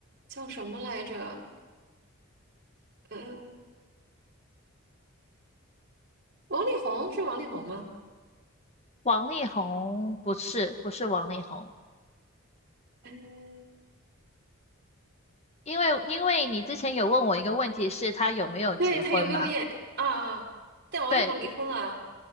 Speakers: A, on the right (about 50°); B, on the left (about 30°).
A: 叫什么来着？呃，王力宏是王力宏吗？
B: 王力宏不是不是王力宏，
A: 哎，
B: 因为因为你之前有问我一个问题，是他有没有结婚嘛？
A: 对，他有没有演啊啊？但王力宏离婚了
B: 对，